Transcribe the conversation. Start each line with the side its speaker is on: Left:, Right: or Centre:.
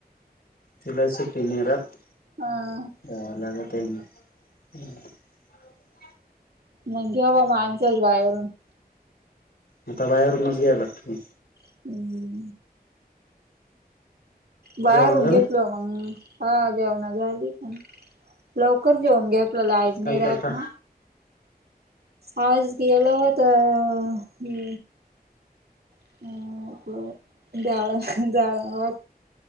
Left: तिला सुट्टी नाही राहत.
Right: हा.
Left: जाला टईन <unintelligible>
Right: <unintelligible>
Left: आता बाहेरूनच घ्याय लागतं.
Right: <unintelligible> बाहेरून
Left: जेवण झालं?
Right: घेतलो मंग हां <unintelligible> झाली पण. लवकर जेऊन घेतलं लाईट
Left: आज
Right: नाही
Left: काय
Right: राहत
Left: केलता
Right: ना. आज केलं होतं हे <unintelligible> डाळ डाळ भात.